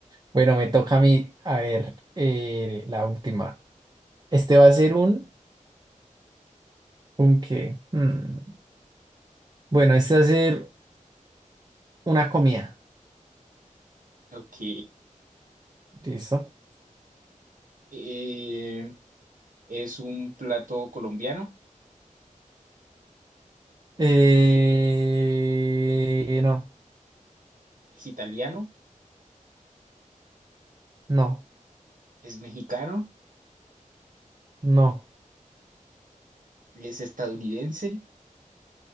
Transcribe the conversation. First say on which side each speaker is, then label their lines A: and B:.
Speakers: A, on the right; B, on the right.
A: Bueno, me toca a mí, a ver, eh, la última. Este va a ser un, un qué. Mm, Bueno, este va a ser una comida.
B: Ok.
A: Listo.
B: Eh, es un plato colombiano,
A: Eh, no,
B: es italiano,
A: no,
B: es mexicano,
A: no,
B: es estadounidense,